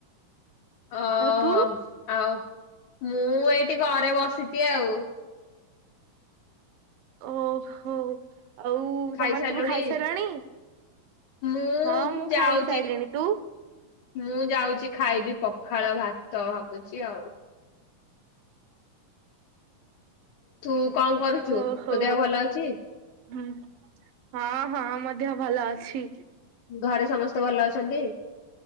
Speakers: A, on the left; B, on the right.
A: ଓ
B: ଆଉ ତୁ
A: ହ ଆଉ ମୁଁ ଏଇଠି ଘରେ ବସିଛି ଆଉ
B: ଓ ହୋ ଆଉ
A: ଖାଇସାରିଲୁଣି
B: ତମ ମାନେ ସବୁ ଖାଇସାରିଲଣି?
A: ମୁଁ
B: ହଁ ମୁଁ ଖାଇ
A: ଯାଉଛି
B: ଖାଇ ସାଇଲିଣି ତୁ?
A: ମୁଁ ଯାଉଛି ଖାଇବି ପଖାଳ ଭାତ ଭାବୁଛି ଆଉ ତୁ କଣ କରୁଛୁ
B: ଓହୋ
A: ତୋ ଦେହ ଭଲ ଅଛି?
B: ହୁଁ ହଁ ହଁ ମୋ ଦେହ ଭଲ ଅଛି।
A: ଘରେ ସମସ୍ତେ ଭଲ ଅଛନ୍ତି।